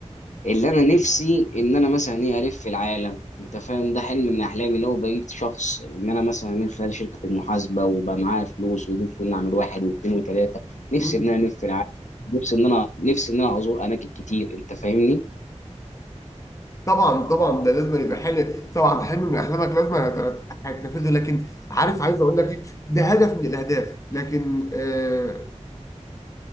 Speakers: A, on the left; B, on the left.
A: اللي انا نفسي ان انا مثلا ايه الف في العالم انت فاهم ده حلم من احلامي لو بقيت شخص ان انا مثلا من خلال شركه المحاسبه وبقى معايا فلوس وقدرت ان أنا اعمل واحد واثنين وثلاثه نفسي
B: مم.
A: ان انا الف في العالم نفسي ان انا نفسي ان انا ازور اماكن كتير انت فاهمني
B: طبعا طبعا ده لازم يبقى حلم طبعا حلم من احلامك لازم هت- هتنفذه لكن عارف عايز اقول لك ايه ده هدف من الاهداف لكن آه